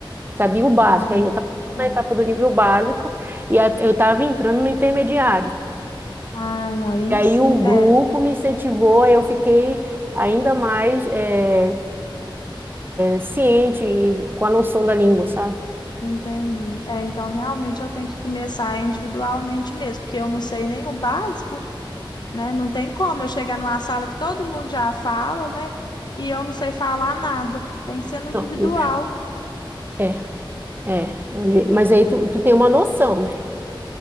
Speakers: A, on the right; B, on the left.
A: Sabia o básico.
B: Ah, não.
A: Aí eu estava
B: É.
A: na etapa do nível básico e a- eu estava entrando no intermediário.
B: Ai, aí
A: E aí
B: sim.
A: o grupo
B: É,
A: me incentivou, aí eu fiquei ainda mais. eh, ciente e com a noção da língua, sabe?
B: entendi. É, então realmente eu tenho que começar individualmente mesmo, porque eu não sei nem o básico. né? Não tem como eu chegar numa sala que todo mundo já fala, né? E eu não sei falar nada. Tem que ser no individual.
A: Não, é, é. Ele- mas aí tu, tu tem uma noção, né?